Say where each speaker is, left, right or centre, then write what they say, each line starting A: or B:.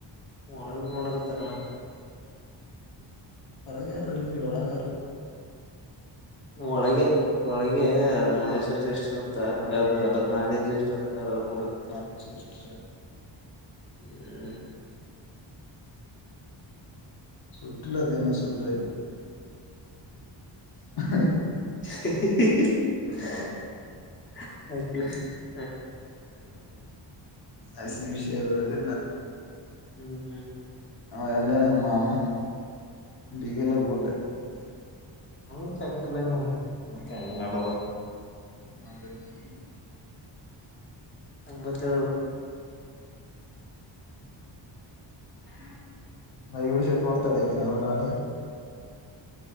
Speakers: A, on the left; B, on the left.
A: ಹಳ ನೊಂಡಕ್ಕೆ ತರಣ
B: ಹೊರಗಾರಲ್ಲಿ ಒಳಗಾರೆ
A: ಒಳಗೆ ಒಳಗೆ ಮಲ್ಲೇಶ್ವರ ಸಿಸಷ್ಟು ಅಂತಲ್ಲ ಮಹದೇವಿ ಸಷ್ಟು ಅಂತ ತ್ತ ಅವಡತ್ತ
B: ಮಾದೇಶಿಷ್ಟ
A: ಹ್ಮ
B: ಸಟಲ ತನ್ನ ಸುದ ಇ ಹ
A: ಆತ
B: ಅಸಿ ವಿಷಯದನ್ನ
A: ಹ್ಮ್ ಹ್ಮ್
B: ಆ ಎಂಗನ ಮಾಮ್ಮ ಗಲ್ಲ ಕೂಟೆ
A: ಹ ಚಕ್ಕದ ನ ನಡ ಬ
B: ಮಾಡಿಂದ
A: ಅಂಬತ್ತ ಹ್ಮ
B: ನೈಳ ಶಕ್ಕಡ ತಳಕನ ಅವರು ಕಣ